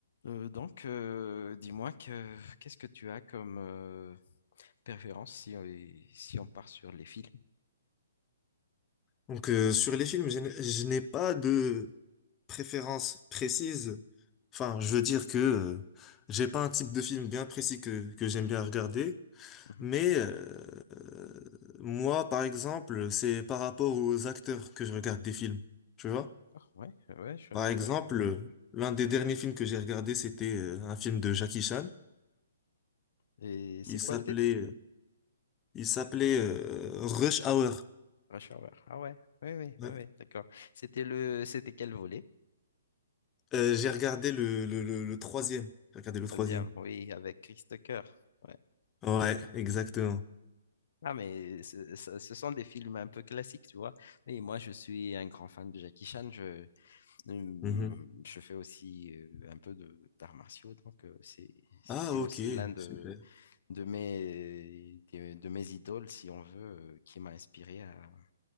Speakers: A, on the left; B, on the left.
A: Euh, donc, euh, dis-moi que qu'est-ce que tu as comme euh, préférence si, on- si on part sur les films?
B: Donc, euh, sur les films, je n'ai je n'ai pas de préférence précise. Enfin, je veux dire que euh, j'ai pas un type de film bien précis que, que j'aime bien regarder.
A: Mhm.
B: Mais euh, euh, moi, par exemple, c'est par rapport aux acteurs que je regarde des films. Tu vois?
A: D'accord, ouais, ouais, je,
B: Par Ouais. exemple,
A: je vois.
B: euh, l'un des derniers films que j'ai regardé, c'était euh, un film de Jackie Chan.
A: Et c'est
B: Il s'appelait
A: quoi le titre?
B: euh, il s'appelait euh, Rush Hour.
A: Rush Hour. Ah ouais, oui, oui,
B: Ouais.
A: oui, oui, d'accord. C'était le, c'était quel volet?
B: Euh, j'ai regardé le, le, le, le troisième. J'ai regardé le
A: Troisième,
B: troisième.
A: oui, avec Chris Tucker. Ouais.
B: Ouais, exactement.
A: Ah mais ce, ce- ce sont des films un peu classiques, tu vois. Mais moi, je suis un grand fan de Jackie Chan. Je, euh,
B: Mhm.
A: je fais aussi euh, un peu de d'arts martiaux, donc euh, c'est c'est
B: Ah,
A: aussi
B: ok,
A: l'un de
B: super.
A: de mes, des- de, mes idoles, si on veut, euh, qui m'a inspiré à,